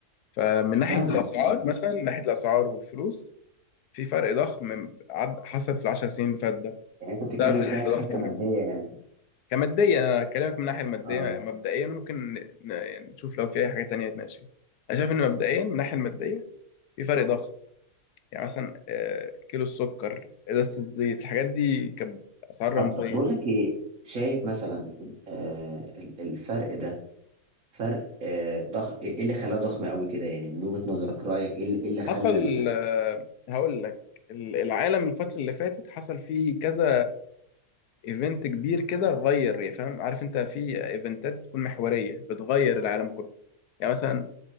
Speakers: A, on the left; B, on the right.
A: فمن ناحية
B: فاهمك
A: الأسعار
B: آه.
A: مثلا من ناحية الأسعار والفلوس في فرق ضخم عد حصل في العشر سنين اللي فات ده
B: يعني انت بتتكلم
A: بسبب التضخم
B: فيها كحتة مادية يعني
A: كماديا انا اكلمك من الناحيه الماديه
B: اه
A: مبدئيا ممكن ن- يعني نشوف لو في اي حاجه تانية نتناقش فيها انا شايف ان مبدئيا من الناحيه الماديه في فرق ضخم يعني مثلا آه، كيلو السكر ازازه الزيت الحاجات دي كانت اسعار رمزيه
B: طب بقول لك ايه شايف مثلا آه ال- الفرق ده فرق آه ضخ ايه إيه اللي خلاه ضخم قوي كده يعني من وجهة نظرك رأيك ايه اللي إيه اللي خلى
A: حصل
B: ال...
A: آه، هقول لك ال- العالم الفتره اللي فاتت حصل فيه كذا ايفنت كبير كده غير يعني فاهم عارف انت في ايفنتات بتكون محوريه بتغير العالم كله يعني مثلا